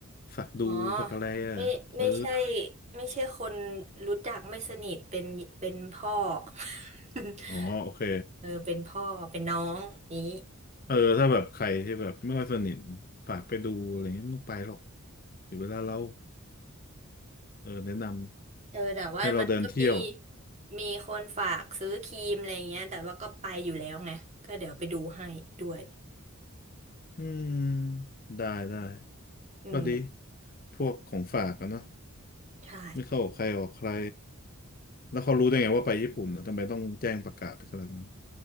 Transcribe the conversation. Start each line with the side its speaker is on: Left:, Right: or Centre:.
Left: ฝากดูฝากอะไรอ่ะเออ
Right: อ๋อไม่ไม่ใช่ไม่ใช่คนรู้จักไม่สนิทเป็นเป็นพ่อ <laughs>
Left: อ๋อโอเค
Right: เออเป็นพ่อเป็นน้องนี้
Left: เออถ้าแบบใครที่แบบไม่ค่อยสนิทฝากไปดูอะไรเงี้ยไม่ต้องไปหรอกเดี๋ยวเวลาเราเออแนะนำ
Right: เออแต่ว่ามันก็มี
Left: ให้เราเดินเที่ยว
Right: มีคนฝากซื้อครีมอะไรเงี้ยแต่ว่าก็ไปอยู่แล้วไงก็เดี๋ยวไปดูให้ด้วย
Left: อืมได้ได้
Right: อืม
Left: ก็ดีพวกของฝากอะเนาะ
Right: ใช่
Left: ไม่เข้าออกใครออกใครแล้วเขารู้ได้ไงว่าไปญี่ปุ่นอะทำไมต้องแจ้งประกาศขนาดนั้น